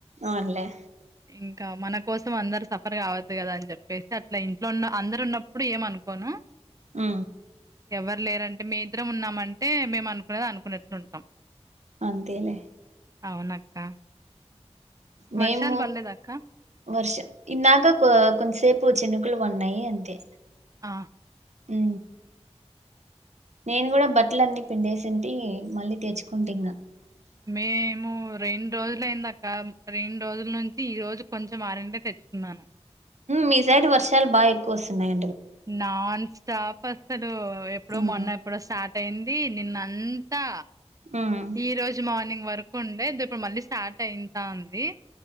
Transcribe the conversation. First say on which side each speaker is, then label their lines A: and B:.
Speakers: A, on the right (about 85°); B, on the right (about 30°).
A: అవునులే
B: ఇంకా మన కోసం అందరు సఫర్ కావద్దు కదా అని చెప్పేసి అట్లా ఇంట్లో ఉన్న అందరు ఉన్నప్పుడు ఏమనుకోను
A: ఆ
B: ఎవరు లేరంటే మే ఇద్దరం ఉన్నామంటే మేము అనుకునేది అనుకున్నట్లు ఉంటాం
A: అంతేలే
B: అవునక్క
A: మేము
B: వర్షాలు పడలేదక్క
A: వర్షం ఇందాక కొంతసేపు చినుకులు ఉన్నాయి అంతే
B: ఆ
A: అ నేను కూడా బట్టలు అన్ని పిండేసింటి మళ్ళీ తెచ్చుకుంటి
B: మేము రెండు రోజులయిందక్క రెండు రోజుల నుంచి ఈ రోజు కొంచెం ఆరింటే తెచ్చుకున్నాను
A: మీ సైడ్ వర్షాలు బాగా ఎక్కువ వస్తున్నాయి
B: నాన్ స్టాప్ అసలు ఎప్పుడో
A: ఉమ్
B: మొన్న ఎప్పుడో స్టార్ట్ అయింది నిన్నంతా
A: ఉమ్,
B: ఈ రోజు మార్నింగ్ వర కుండే ఇది ఇప్పుడు మళ్ళీ స్టార్ట్ అయింతా ఉంది